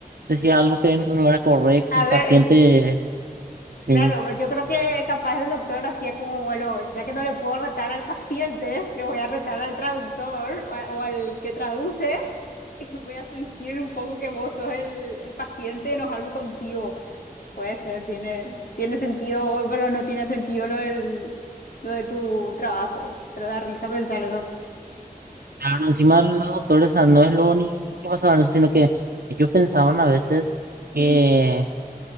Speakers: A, on the right; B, on the left.
A: decía algo que no era correcto,
B: A
A: el
B: ver,
A: paciente,
B: em,
A: sí.
B: Claro, yo creo que capaz el doctor hacía como, bueno, ya que no le puedo retar al paciente, le voy a retar al traductor o, a- o al que traduce <laughs> y voy a fingir un poco que vos sos el, el paciente y enojarme contigo. Puede ser, tiene, tiene sentido, pero no tiene sentido lo del, lo de tu trabajo. Pero da risa pensar eso.
A: Claro, encima los doctores, o sea, no es lo ni, ni que pasaban eso, sino que ellos pensaban a veces que
B: Mm,
A: el